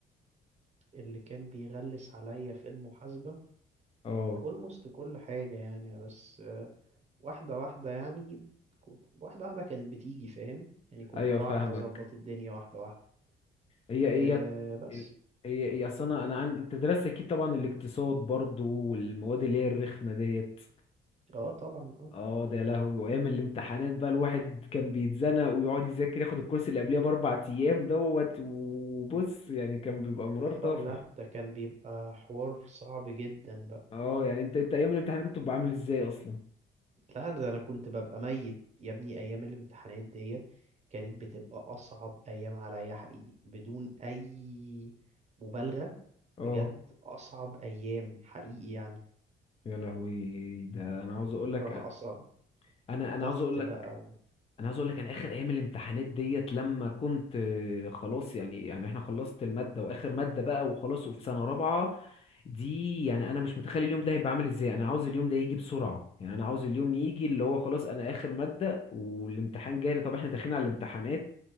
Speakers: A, on the right (about 35°); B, on the left (about 30°).
A: اللي كان بيغلس عليا في المحاسبة
B: اه
A: almost كل حاجة يعني بس آه، واحدة واحدة يعني كو- واحدة واحدة كانت بتيجي فاهم يعني كنت
B: ايوه
A: بعرف
B: فاهمك
A: أظبط الدنيا واحدة واحدة
B: هي
A: أه
B: ايه
A: بس
B: ال- هي هي اصل انا انا عندي انت درست اكيد طبعا الاقتصاد برضو والمواد اللي هي الرخمة ديت
A: اه طبعا اه
B: اه ده يا لهوي وايام الامتحانات بقى الواحد كان بيتزنق ويقعد يذاكر ياخد الكورس اللي قبليها باربع ايام دوت وبص يعني كان بيبقى مرار
A: اه
B: طافح
A: لا ده كان بيبقى حوار صعب جدا بقى
B: اه يعني انت انت ايام الامتحان كنت بتبقى عامل ازاي اصلا
A: لا انا ده انا كنت ببقى ميت يا ابني ايام الامتحانات ديت كانت بتبقى اصعب ايام عليا حقيقي بدون اي مبالغه بجد
B: اه
A: اصعب ايام حقيقي يعني
B: يا لهوي ده
A: أنا
B: انا
A: كنت
B: عاوز
A: بكره
B: اقول لك
A: اصلا
B: انا
A: ضغط
B: انا عاوز اقول لك
A: بقى و...
B: انا عاوز اقول لك انا اخر ايام الامتحانات ديت لما كنت آه، خلاص يعني يعني احنا خلصت الماده واخر ماده بقى وخلاص وفي سنه
A: مم.
B: رابعه دي يعني انا مش متخيل اليوم ده هيبقى عامل ازاي انا عاوز اليوم ده يجي بسرعه يعني انا عاوز اليوم يجي اللي هو خلاص انا اخر ماده والامتحان جاي طب احنا داخلين على الامتحانات